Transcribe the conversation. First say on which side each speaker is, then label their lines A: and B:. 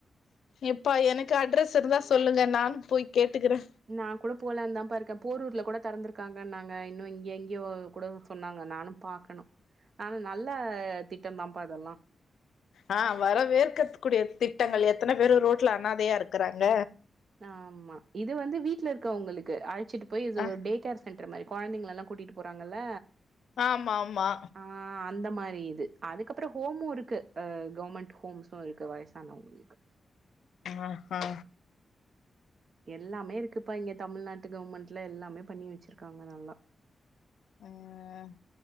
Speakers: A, on the left; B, on the right.
A: இப்பா எனக்கு அட்ரஸ் இருந்தா சொல்லுங்க நானு போய் கேட்டுக்கிறே
B: நா கூட போலனுதா பா இருக்கே போரூர்ல கூட திறந்திருக்காங்க நாங்க இன்னும் இங்க எங்கயோ கூட சொன்னாங்க நானு பாக்கணு ஆனா நல்ல திட்டம் தாப்பா அதெல்லா
A: ஆ வரவேற்க கூடிய திட்டங்கள் எத்தனை பேரு ரோட்ல அணாதையா இருக்கறாங்க
B: ஆமா இது வந்து வீட்ல இருக்க உங்களுக்கு அழைச்சிட்டு போய் இது
A: அ
B: டேட் கே சென்டர் மாரி கொழந்தைங்க எல்லா கூட்டிட்டு போறாங்கல்ல
A: ஆமா ஆமா
B: ஆ அந்த மாரி இது அதுக்கப்புற ஹோமு இருக்கு து கவர்மெண்ட் ஹோம்ஸு இருக்குது வயதானவங்களுக்கு
A: ஆஆ
B: எல்லாமே இருக்குப்பா இங்க தமிழ்நாட்டு கவர்மெண்ட்ல எல்லாமே பண்ணி வச்சிருக்காங்க நல்லா
A: ம்